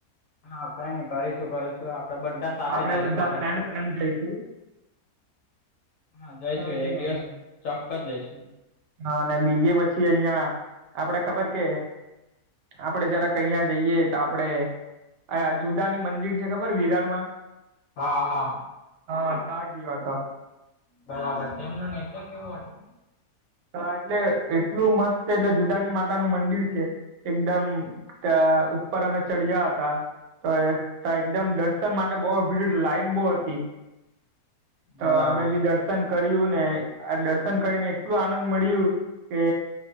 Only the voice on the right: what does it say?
આપડે
બધા ફ્રેન્ડ ફ્રેન્ડ જઈશું
ત્યાં ગયો
હતો મેં
હા અને બીજી પછી અહિયાં આપડે ખબર કે આપડે જરા અહીયા જઈએ તો આપડે આયા જુદા ની મંદિર છે ખબર વિરાર માં
હા તા ગીયો તો
હા એટલે એટલું મસ્ત એટલે જુદાની માતા નું મંદિર છે એકદમ તે ઉપર અમે ચડ્યા હતા તો એ એકદમ દર્શન માટે બહુ ભીડ લાઈન બહુ હતી તો
અમે બી દર્શન કર્યું ને આ દર્શન કરીને એટલું આનંદ મળ્યું કે